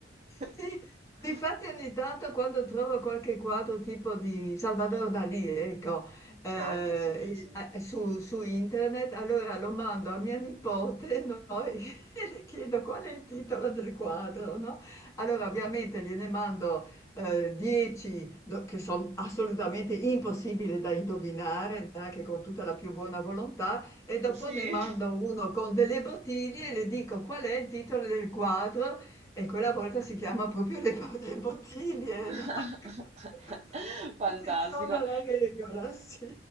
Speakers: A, on the left (about 20°); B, on the right (about 40°).
A: Sì,
B: <laughs>
A: difatti ogni tanto quando trovo qualche quadro tipo di Salvador Dalì, ecco, eh,
B: Anche sì, sì.
A: e- eh, su, su internet, allora lo mando a mia nipote, no? <laughs> E le chiedo qual è il titolo del quadro, no? Allora ovviamente gliene mando eh, 10 do- che sono assolutamente impossibili da indovinare, anche con tutta la più buona volontà, e dopo
B: Sì.
A: ne mando uno con delle bottiglie e le dico qual è il titolo del quadro e quella volta si chiama proprio le bo le bottiglie,
B: <laughs>
A: no, <laughs>
B: Fantastico.
A: Ecceziona la regola, sì.